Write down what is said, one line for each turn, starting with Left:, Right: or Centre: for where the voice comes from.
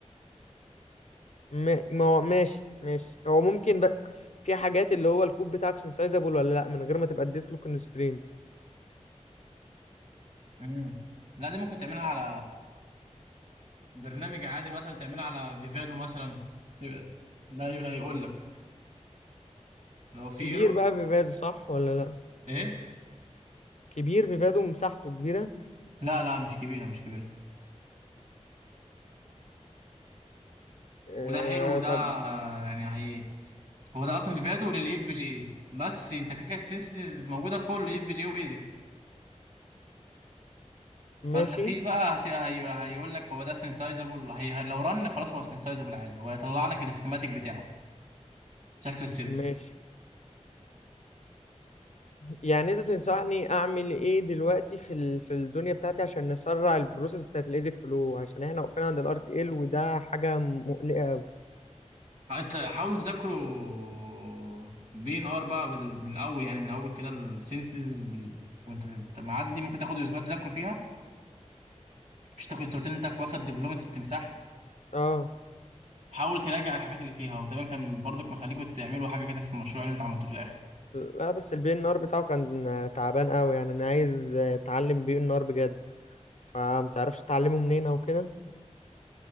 Left: ما ما هو ماشي ماشي هو ممكن بقى في حاجات اللي هو الكوب بتاعك سنسايزابل ولا لا من غير ما تبقى اديت له كونسترينت
Right: مم. لا دي ممكن تعملها على برنامج عادي مثلا تعملها على فيفادو مثلا سيب- ده هي- هيقول لك لو في
Left: كبير
Right: ايرور
Left: بقى فيفادو صح ولا لا
Right: ايه
Left: كبير فيفادو مساحته كبيرة
Right: لا لا مش كبيره مش كبيره
Left: آه
Right: وده حلو وده
Left: طب
Right: يعني هي هو ده اصلا فيفادو للاف بي جي إيه. بس انت كده كده السينثيسيز موجوده لكل اف بي جي وايزك فانت
Left: ماشي
Right: في بقى هت- هي... هيقول لك هو ده سينسايزابل هي... هي... لو رن خلاص هو سينسايزابل عادي وهيطلع لك السكيماتيك بتاعه شكل السيركت
Left: ماشي يعني انت تنصحني اعمل ايه دلوقتي في ال... في الدنيا بتاعتي عشان نسرع البروسيس بتاعت الايزك فلو عشان احنا واقفين عند الار تي ال وده حاجة مقلقة قوي
Right: انت حاولوا تذاكروا دي ان ار بقى بال... من اول يعني من اول كده السنسز بال... وانت انت معدي ممكن تاخد اسبوع تذاكروا فيها مش انت كنت قلت لي انت واخد دبلومه التمساح
Left: اه
Right: حاول تراجع الحاجات اللي فيها وتقريبا كان برضك مخليكوا تعملوا حاجه كده في المشروع اللي انت عملته في الاخر
Left: لا بس البي ان ار بتاعه كان تعبان قوي يعني انا عايز اتعلم بي ان ار بجد فمتعرفش تعلمه منين او كده